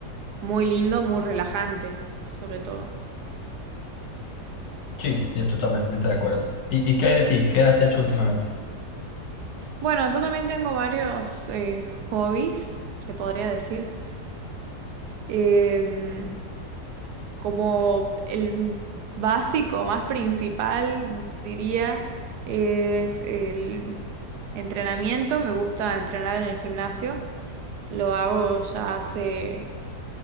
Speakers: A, on the right; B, on the left.
A: muy lindo, muy relajante, sobre todo.
B: Sí, estoy totalmente de acuerdo. ¿Y, y qué hay de ti? ¿Qué has hecho últimamente?
A: Bueno, yo también tengo varios eh, hobbies, se podría decir. Em, como el básico, más principal, diría, es el entrenamiento. Me gusta entrenar en el gimnasio. Lo hago ya hace,